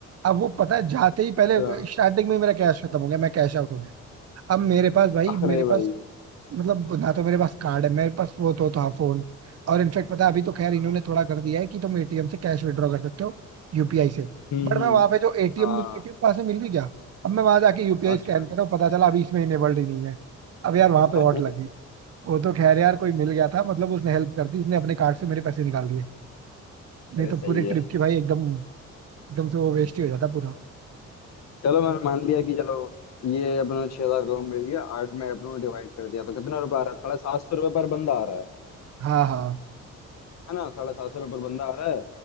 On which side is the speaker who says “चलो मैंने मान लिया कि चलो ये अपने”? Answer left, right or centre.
Left